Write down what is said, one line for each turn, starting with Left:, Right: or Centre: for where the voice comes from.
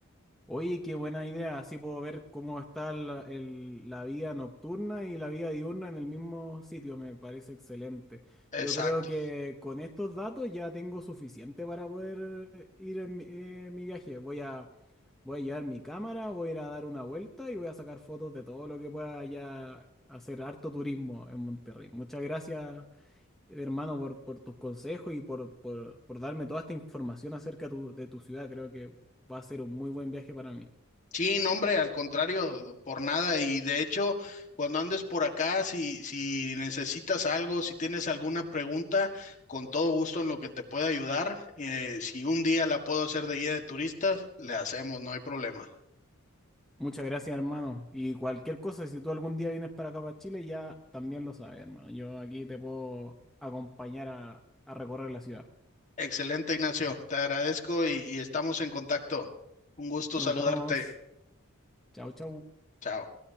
Centre: Oye, qué buena idea. Así puedo ver cómo está la, el- la vida nocturna y la vida diurna en el mismo sitio. Me parece excelente.
Left: Exacto.
Centre: Yo creo que con estos datos ya tengo suficiente para poder eh, ir en mi, eh, mi viaje. Voy a, voy a llevar mi cámara, voy a ir a dar una vuelta y voy a sacar fotos de todo lo que pueda ya hacer harto turismo en Monterrey. Muchas gracias, hermano, por, por tus consejos y por, por, por darme toda esta información acerca tu- de tu ciudad. Creo que va a ser un muy buen viaje para mí.
Left: Sí, no, hombre, al contrario, por nada. Y de hecho, cuando andes por acá, si, si necesitas algo, si tienes alguna pregunta, con todo gusto en lo que te pueda ayudar. Eh, si un día la puedo hacer de guía de turistas, le hacemos, no hay problema.
Centre: Muchas gracias, hermano. Y cualquier cosa, si tú algún día vienes para acá, para Chile, ya también lo sabes, hermano. Yo aquí te puedo acompañar a, a recorrer la ciudad.
Left: Excelente, Ignacio. Te agradezco y, y estamos en contacto. Un gusto
Centre: Nos
Left: saludarte.
Centre: vemos. Chau, chau.
Left: Chao.